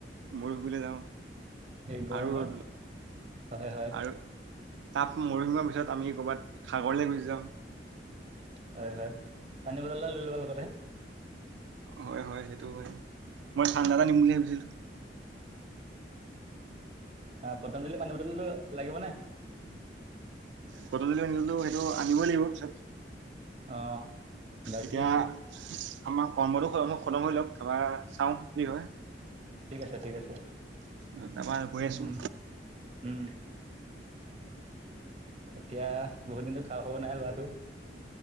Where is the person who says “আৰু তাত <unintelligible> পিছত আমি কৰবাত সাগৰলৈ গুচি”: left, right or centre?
Right